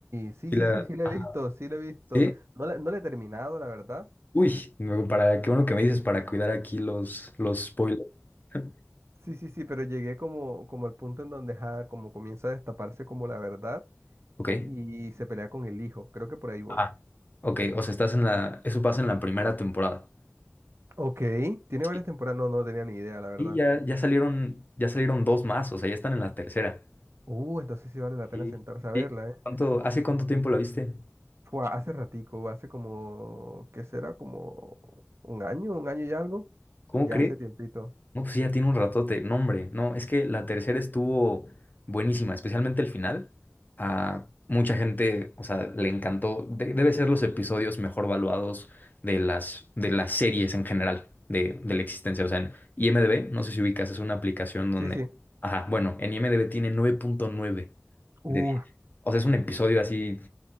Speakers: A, on the right; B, on the left.
A: Sí,
B: Sí,
A: sí,
B: la-
A: sí, sí la
B: ajá,
A: he visto, sí la he visto.
B: ¿sí?
A: No la, no la he terminado, la verdad.
B: Uy, me- para, qué bueno que me dices para cuidar aquí los, los spoilers. <laughs>
A: Sí, sí, sí, pero llegué como, como al punto en donde ajá, como comienza a destaparse como la verdad
B: Ok,
A: y se pelea con el hijo. Creo que por ahí voy.
B: ah ok, o sea, estás en la, eso pasa en la primera temporada.
A: Ok, tiene varias
B: Sí.
A: temporadas. No, no tenía ni idea, la verdad.
B: Y ya, ya salieron, ya salieron dos más, o sea, ya están en la tercera.
A: Uh, entonces sí vale la pena
B: Sí.
A: sentarse a
B: Sí.
A: verla, ¿eh?
B: ¿Cuánto, hace cuánto tiempo la viste?
A: Fue hace ratico, hace como, ¿qué será? Como un año, un año y algo.
B: ¿Cómo
A: Ya
B: crees?
A: hace tiempito.
B: No, pues sí, ya tiene un ratote. No, hombre, no, es que la tercera estuvo buenísima, especialmente el final. A mucha gente, o sea, le encantó. De- debe ser los episodios mejor valuados de las, de las series en general, de, de la existencia. O sea, en IMDb, no sé si ubicas, es una aplicación donde...
A: Sí, sí.
B: Ajá, bueno, en IMDb tiene nueve punto nueve
A: Uf,
B: de 10. O sea, es un episodio así